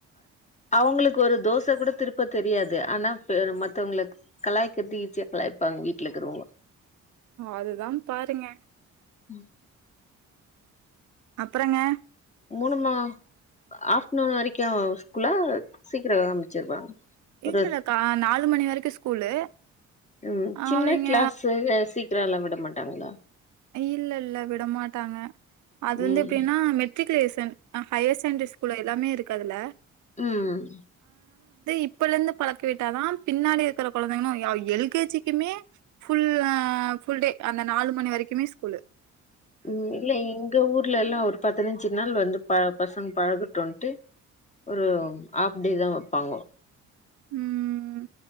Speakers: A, on the left (about 25°); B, on the right (about 70°).
A: அவங்களுக்கு ஒரு தோச கூட திருப்ப தெரியாது ஆனா மத்தவங்கள கலாய்கறது ஈசியா கலாய்ப்பாங்க வீட்டுல இருக்கிறவங்க
B: அதுதா பாருங்க
A: உம்
B: அப்பறங்க
A: மூணுமா ஆஃப்டர்நூன் வரைக்கு ஸ்கூலா சீக்கிரம் ஆரம்பிச்சிருவாங்க ஒரு
B: இல்லல்லாக்கா நாலு மணி வரைக்கு ஸ்கூலு
A: உம்
B: அவிங்க
A: சின்ன கிளாஸ் சி இன்டர்வல்ல விட மாட்டாங்களா
B: இல்ல இல்ல விடமாட்டாங்க அது வந்து
A: ம்
B: எப்படின்னா மெட்ரிகுலே சென் ஹையர் செண்டரி ஸ்கூல்ல எல்லாமே இருக்கு கதுல
A: உம்
B: இப்ப இருந்து பழக்கவிட்டாதா பின்னாடி இருக்கிற குழந்தைகளும் எல்கேஜிக்குமே ஃபுல்லா ஃபுல்டே அந்த நாலு மணி வரைக் கமே ஸ்கூல்
A: உம் இல்ல எங்க ஊர்ல எல்லா ஒரு பதினைஞ்சு நாள் வந்து ப பசங்க பழகுட்டும்ன்ட்டு ஒரு ஆப்டே தா வைப்பாங்க
B: உம்